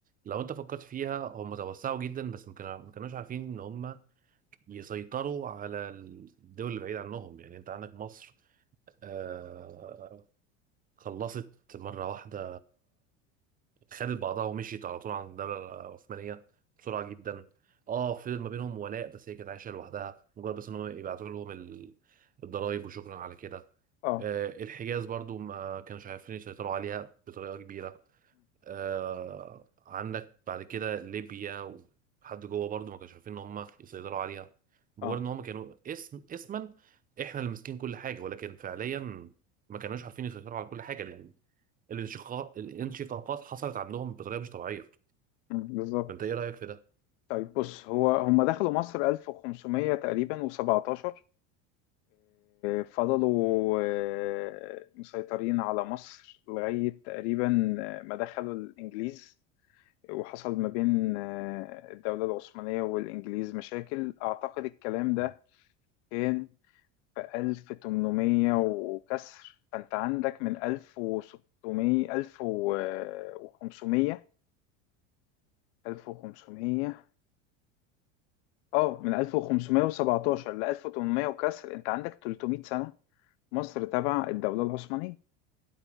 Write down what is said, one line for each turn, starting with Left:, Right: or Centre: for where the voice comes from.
Right: لو انت فكرت فيها هم توسعوا جدا بس ما كانوا- ما كانوش عارفين ان هم يسيطروا على الدول اللي بعيد عنهم يعني انت عندك مصر آه خلصت مرة واحدة خدت بعضها ومشيت على طول عن الدولة العثمانية بسرعة جدا اه فضل ما بينهم ولاء بس هي كانت عايشة لوحدها مجرد بس ان هم يبعتوا لهم ال- الضرايب وشكرا على كده
Left: اه
Right: آه الحجاز برضو ما كانوش عارفين يسيطروا عليها بطريقة كبيرة آه عندك بعد كده ليبيا وحد جوه برضو ما كانوش عارفين ان هم يسيطروا عليها مجرد
Left: اه
Right: ان هم كانوا اسم اسما احنا اللي ماسكين كل حاجة ولكن فعليا ما كانوش عارفين يسيطروا على كل حاجة الانشقاق الانشقاقات حصلت عندهم بطريقه مش طبيعيه
Left: مم، بالظبط
Right: فانت ايه رايك في ده؟
Left: طيب بص هو هم دخلوا مصر 1500 تقريبا و17 فضلوا آه، مسيطرين على مصر لغاية تقريبا آه، ما دخلوا الإنجليز وحصل ما بين آه، الدولة العثمانية والإنجليز مشاكل أعتقد الكلام ده
Right: مم.
Left: كان في 1800 وكسر فأنت عندك من 1600 1500 1500 اه من 1517 ل 1800 وكسر انت عندك 300 سنة مصر تبع الدولة العثمانية